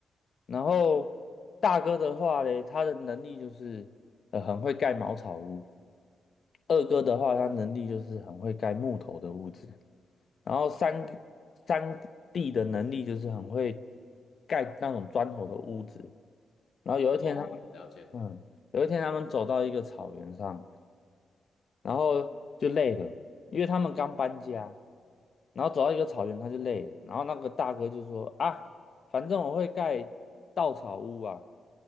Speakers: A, on the left; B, on the left.
A: 然后大哥的话嘞，他的能力就是呃很会盖茅草屋，二哥的话他能力就是很会盖木头的屋子，然后三三弟的能力就是很会盖那种砖头的屋子。然后有一天他们，
B: 哦，了解，
A: 嗯，有一天他们走到一个草原上，然后就累了，因为他们刚搬家，然后走到一个草原他就累了，然后那个大哥就说啊，反正我会盖稻草屋啊，